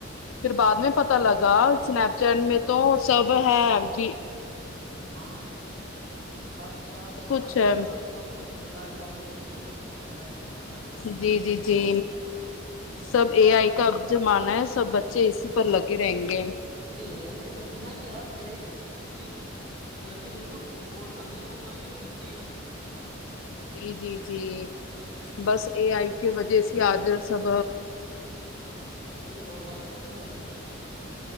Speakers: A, on the left (about 80°); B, on the right (about 60°).
A: پھر بعد میں پتا پت لگا سنیپ چیٹ میں تو سب ہے جی <inaudible>
B: ہاں سب سب
A: کچھ
B: سب
A: ہے
B: سب سب کچھ مل رہ ہے کول ڈس م سب کچھلہ ہے سن <inaudible>
A: جی جی جی سب اے آئی کا جمانہ ہے سب بچے اسی پر لگے رہیں گے
B: ا اے آئی کا جمانا کہ آپ اے آئی سے کوئی بھی چیز کر کے دے دو وہ بول کر دے دو وہ کر کے دے دیتی ہے
A: جی جی جی بس یہ آئی کی وجہ سے آج سب
B: یہ بہت آگے ہو گیا <inaudible>